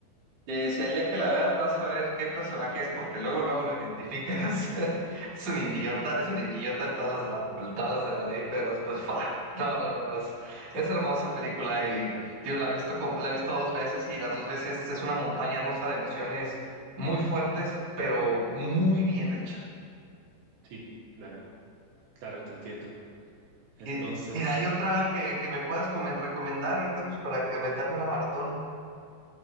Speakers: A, on the right; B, on the right.
A: Y si al día que la veas vas a ver qué personaje es, porque luego, luego lo identificas. <laughs> Es un idiota, es un idiota en todas las de la, en todas las de la ley, pero después, ¡fua! No, no, no, no, es, es hermosa película y, tío, la he visto como, la he visto dos veces y las dos veces es una montaña rusa de emociones muy fuertes, pero muy bien hecha.
B: Sí, claro, claro, te entiendo. Entonces,
A: Y, y de ahí otra que, que me puedas comen- recomendar ahorita, pues para que aventarme una maratón.